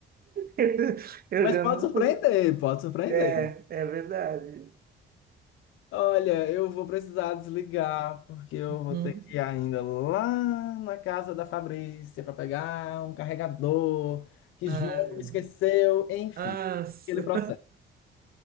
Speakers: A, on the right; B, on the left.
A: <laughs> eu
B: Mas
A: já
B: pode
A: não.
B: surpreender,
A: cons-
B: pode surpreender.
A: É, é verdade.
B: Olha, eu vou precisar desligar, porque eu vou
A: Hum.
B: ter que ir ainda lá na casa da Fabrícia para pegar um carregador que
A: Ah,
B: João
A: meu
B: me esqueceu,
A: Deus.
B: enfim,
A: Nossa.
B: aquele processo.